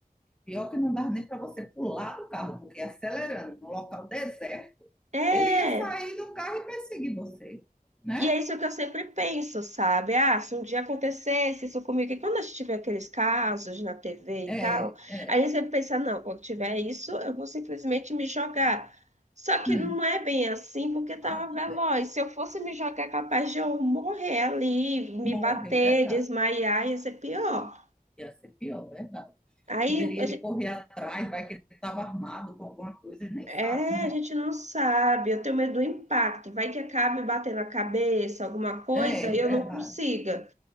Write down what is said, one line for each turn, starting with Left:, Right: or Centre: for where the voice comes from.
Centre: Pior que não dá nem para você pular do carro, porque acelerando no local deserto,
Right: É,
Centre: ele ia sair do carro e perseguir você, né?
Right: e é isso que eu sempre penso, sabe? Ah, se um dia acontecesse isso comigo, e quando a gente tiver aqueles casos na TV
Centre: É,
Right: e tal,
Centre: é.
Right: aí a sempre pensa, não, quando tiver isso, eu vou simplesmente me jogar. Só que
Centre: Hum.
Right: não é bem assim, porque tava
Centre: Ah, não
Right: veloz.
Centre: é.
Right: Se eu fosse me jogar, é capaz de eu morrer ali, me
Centre: Morre,
Right: bater,
Centre: é verdade.
Right: desmaiar, ia ser pior.
Centre: Ia ser pior, é verdade.
Right: Aí
Centre: E poderia
Right: a
Centre: ele
Right: gente,
Centre: correr atrás, vai que ele estava armado com alguma coisa, ele nem
Right: é,
Centre: sabe, né?
Right: a gente não sabe, eu tenho medo do impacto. Vai que acabe batendo a cabeça, alguma coisa,
Centre: É, é
Right: e eu
Centre: verdade.
Right: não consiga.